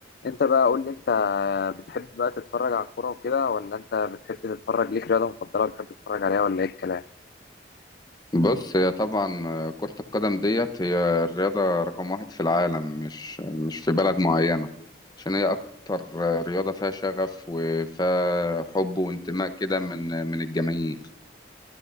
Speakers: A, on the left; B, on the left.
A: انت بقى قول لي انت بتحب بقى تتفرج على الكوره وكده ولا انت بتحب تتفرج ليك رياضه مفضله بتحب تتفرج عليها ولا ايه الكلام
B: بص هي طبعا آه، كرة القدم ديت هي الرياضة رقم واحد في العالم مش مش في بلد معينة عشان هي أكتر آه، رياضة فيها شغف وفيها حب وانتماء كده من من الجماهير